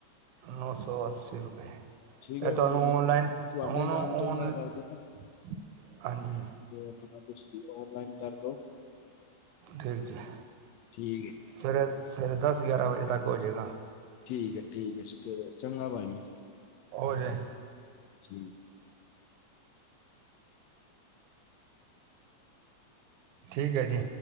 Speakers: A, on the right; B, on the left.
A: ਨੌ ਸੌ ਅੱਸੀ ਰੁਪਏ।
B: ਠੀਕ
A: ਤੇ
B: ਹੈ ਬਾਬੂ
A: ਤੁਹਾਨੂੰ
B: ਜੀ
A: ਓਨਲਾਈਨ
B: ਤੁਹਾਡੇ
A: ਉਨੂੰ
B: ਨਾਮ ਤੋਂ ਹੀ ਮੈਂ ਕਰ ਦੇਣਾ
A: - ਹਾਂਜੀ।
B: ਤੇ ਆਪਣਾ ਕੁਛ ਵੀ ਲੋ ਔਨਲਾਈਨ ਕਰਦੋ'
A: ਠੀਕ ਹੈ
B: ਠੀਕ ਹੈ।
A: ਸਵੇਰੇ- ਸਵੇਰੇ ਦਸ- ਗਿਆਰਾਂ ਵਜੇ ਤੱਕ ਹੋ ਜਾਵੇਗਾ'
B: ਠੀਕ ਹੈ! ਠੀਕ ਐ ਫਿਰ ਚੰਗਾ ਪਾਣੀ'
A: ਹੋ ਜਾਏ'
B: ਜੀ'
A: ਠੀਕ ਹੈ ਜੀ'